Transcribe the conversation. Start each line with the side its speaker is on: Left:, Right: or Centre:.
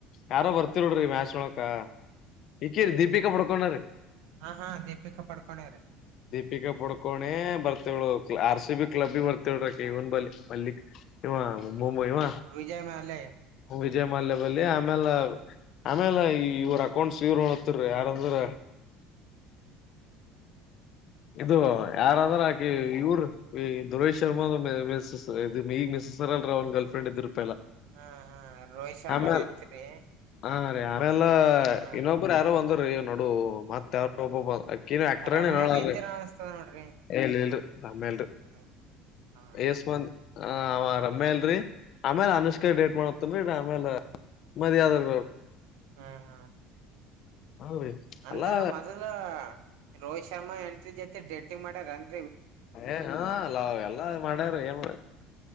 Left: ಯಾರೋ ಬರ್ತಿರ್ರಿ ಮ್ಯಾಚ್ ನೋಡಾಕ ಇಕಿರಿ ದೀಪಿಕಾ ಪಡ್ಕೋನಿರಿ.
Right: ಹಾ ಹಾ ದೀಪಿಕಾ ಪಡ್ಕೋನಿರಿ
Left: ದೀಪಿಕಾ ಪುಡ್ಕೋನೆ ಬರ್ತೀಳು ಆರ್ ಸಿ ಬಿ ಕ್ಲಬ್ ಬಿ ಬರ್ತಿದ್ಲರಿ ಇವನ್ ಬಿಲ್ಲಿ ಅಲ್ಲಿ ಇವ ಮುಂಬೈವ
Right: ವಿಜಯ್ ಮಾಲೆ
Left: ವಿಜಯ ಮಲ್ಯ ಬಲ್ಲಿ ಆಮೇಲೆ. ಆಮೇಲೆ ಈ ಇವ್ರ ಅಕೌಂಟ್ಸ್ ಇವ್ರ ನೋಡ್ತೀರಿ ಯಾರಂದ್ರ. ಇದು ಯಾರಂದ್ರ ಆಕಿ ಇವರು ಈ ಸುರೇಶ್ ಶರ್ಮಾ ಮಿಸ ಈಗ್ ಮಿಸ್ಸ್ರಲ್ ಅವನ್ ಗರ್ಲ್ ಫ್ರೆಂಡ್ ಇದ್ರ ಪೈಲಾ.
Right: ಹಾ ಹಾ ರೋಹಿತ್ ಶರ್ಮಾ
Left: ಆಮೇಲೆ
Right: ನೆಂತ್ರಿ
Left: ಹ ಆಮೇಲ್ಲ
Right: ಹಾ
Left: ಇನ್ನೊಬ್ಬರು ಯಾರೋ ಒಂದ ನಡು ಮತ್ತೆ ಯಾವ <inaudible> ನೀವ ಆಕ್ಟರ್
Right: ರಮ್ಯಾ
Left: ಏನ ಹೇಳಲಾ
Right: ಬಿ ಇದ್ದೀರ
Left: ಭೈ.
Right: ಅನ್ಸ್ತದ ನೋಡ್ರಿ
Left: ಏನ ಇಲ್ರಿ ಆಮೇಲ್ರಿ
Right: ಹಾ ಹಾ
Left: ಎಸಮಂದಿ. ಹ ಆವ ರಮ್ಯ ಇಲ್ರಿ ಆಮೇಲ್ ಅನುಷ್ಕಾ ಡೇಟ್ ಮಾಡತ್ತನ್ರಿ ಆಮೇಲೆ ಮದುವೆ ಆದ್ರ ಬೇಕು.
Right: ಹಾ ಹಾ
Left: ಹ್ರಿ
Right: ಅಂದ್ರ
Left: ಅಲ್ಲಾ
Right: ಮೊದಲ ರೋಹಿತ್ ಶರ್ಮ ಹೆಂಡತಿ ಜತೆ ಡೆಟಿಂಗ ಮಾಡ್ಯರೇನ್.
Left: ಏ ಹಾಲ್ಲಾಎಲ್ಲ ಮಾಡ್ಯಾರ ಏನ್ ಮಾ